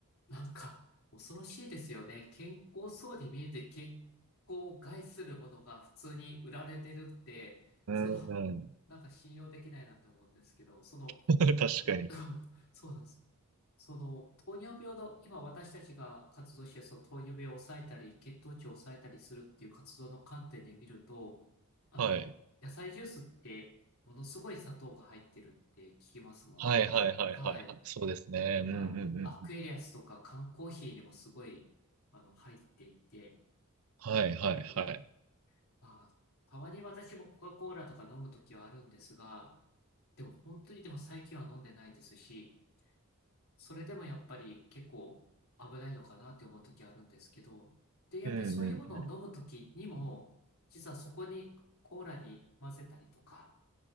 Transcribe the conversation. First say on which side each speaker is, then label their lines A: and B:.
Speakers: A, on the left; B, on the right.
A: う。なんか、恐ろしいですよね。健康そうに見えて健康を害するものが普通に売られてるって、
B: うんうん。
A: その、なんか信用できないなって思うんですけど、その、
B: <laughs> 確かに。
A: う <laughs> そうなんです。その、糖尿病の、今私たちが活動して、その糖尿病を抑えたり、血糖値を抑えたりするっていう活動の観点で見ると、あの、
B: はい。
A: 野菜ジュースって、ものすごい砂糖が入ってるって聞きますもんね。
B: はいはいはいはいはい。
A: はい。
B: そうですね。うんうんうんうん。
A: まあ、アクエリアスとか缶コーヒーにもすごい、あの、入っていて、
B: はいはいはい。
A: あの、まあ、たまに私もコカ・コーラとか飲むときはあるんですが、でも本当にでも最近は飲んでないですし、それでもやっぱり結構危ないのかなって思うときあるんですけど、で、やっぱりそういうものを飲むときにも、
B: うんうんうん。
A: 実はそこにコーラに混ぜたりとか、